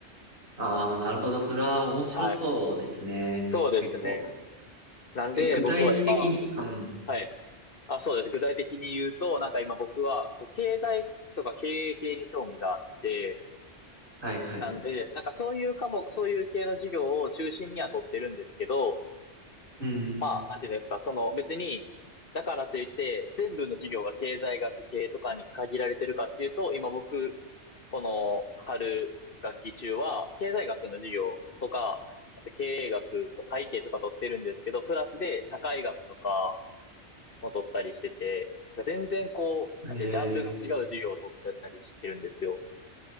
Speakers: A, on the right; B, on the left.
A: ああ、なるほど。それは面白そうですね。
B: はい。そうですね。
A: 結構。
B: なんで僕は今、
A: え、具体的に、うん、
B: はい。あ、そうです。具体的に言うと、なんか今僕は、こう、経済とか経営系に興味があって、
A: はいはい。
B: なんで、なんかそういう科目、そういう系の授業を中心には取ってるんですけど、
A: うん。
B: まあ、なんていうんですか、その別に、だからといって、全部の授業が経済学系とかに限られてるかっていうと、今僕この春学期中は、経済学の授業とか、あと経営学と会計とか取ってるんですけど、プラスで社会学とかも取ったりしてて、全然こう、なんてジャンルが違う授業を取ってたりしてるんですよ。
A: ええ、